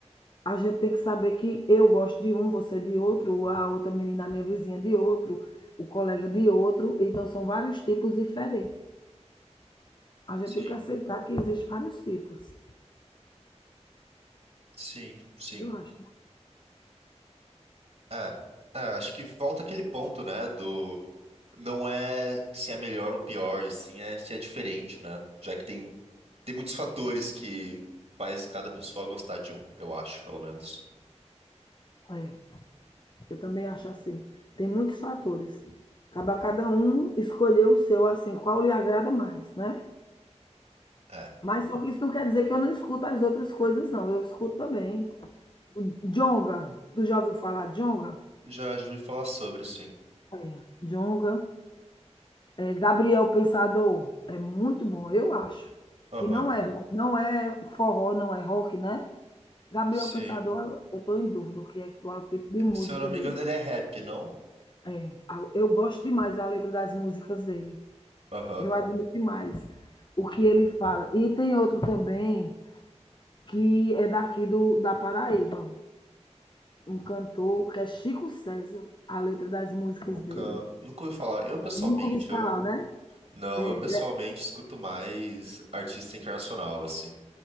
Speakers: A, on the left; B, on the right.
A: a gente tem que saber que eu gosto de um, você de outro, a outra menina, a minha vizinha de outro, o colega de outro. Então, são vários tipos diferentes. A gente
B: Sim,
A: tem que aceitar que existem vários tipos.
B: sim, sim.
A: Eu acho.
B: É, é, acho que volta aquele ponto, né, do não é se é melhor ou pior, e sim é se é diferente, né? Já que tem, tem muitos fatores que faz cada pessoa gostar de um, eu acho, pelo menos.
A: É, eu também acho assim. Tem muitos fatores. Acaba cada um escolher o seu, assim, qual lhe agrada mais, né?
B: É,
A: Mas só que isso não quer dizer que eu não escuto as outras coisas, não. Eu escuto também. O Djonga, tu já ouviu falar Djonga?
B: já, já ouvi falar sobre, sim.
A: É, Djonga. É, Gabriel Pensador, é muito bom, eu acho.
B: Aham,
A: Que não é, não é forró, não é rock, né? Gabriel
B: Sim.
A: Pensador, eu estou em dúvida o que é qual é o tipo de música
B: se eu não me
A: dele.
B: engano, ele é rap, não?
A: É, a- eu gosto demais da letra das músicas dele.
B: Aham.
A: Eu admiro demais o que ele fala. E tem outro também que é daqui do, da Paraíba, um cantor que é Chico César, a letra das músicas
B: Nunca,
A: dele.
B: nunca ouvi falar. Eu pessoalmente,
A: Nunca ouvi falar,
B: eu.
A: né?
B: Não,
A: É,
B: eu pessoalmente
A: é,
B: escuto mais artista internacional, assim.